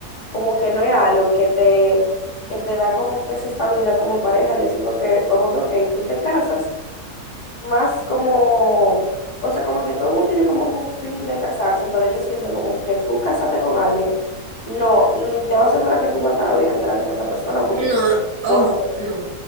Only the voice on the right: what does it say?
No, ojo,
no,